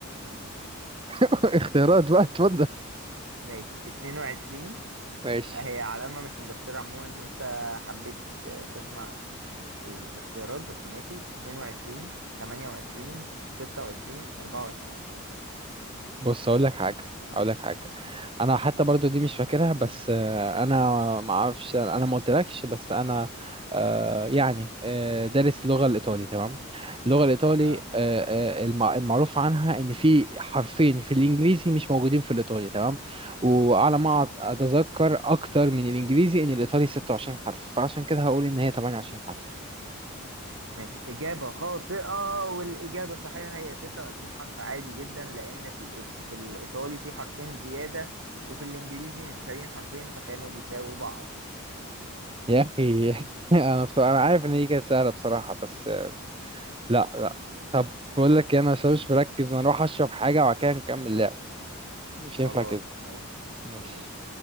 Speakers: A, on the right; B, on the right.
A: <laughs> اختيارات بقى اتفضل
B: ماشي 22
A: ماشي
B: هي علامة مش مبشرة عموما ان انت حبيت تسمع الاختيارات بس ماشي 22 28 26 24
A: بص اقول لك حاجه اقول لك حاجه انا حتى برضو دي مش فاكرها بس آه، انا ما اعرفش انا ما قلتلكش بس انا آه، يعني آه، دارس اللغه الايطالي تمام اللغه الايطالي
B: اه
A: آه، آه، المع- المعروف عنها ان في حرفين في الانجليزي مش موجودين في الايطالي تمام وعلى ما أت- اتذكر اكتر من الانجليزي ان الايطالي 26 حرف فعشان كده هقول ان هي 28 حرف
B: ماشي إجابة خاطئة والإجابة الصحيحة هي 26 حرف عادي جدا لأن في الإيط- في الإيطالي في حرفين زيادة وفي الإنجليزي متشالين حرفين فكانوا بيساووا بعض
A: يا اخي <laughs> انا بصراحة انا عارف ان هي كانت سهله بصراحه بس لا لا طب بقول لك إيه، انا عشان مش مركز انا اروح اشرب حاجه وبعد كده نكمل لعب مش ينفع
B: خلاص
A: كده
B: ماشي
A: ماشي
B: ماشي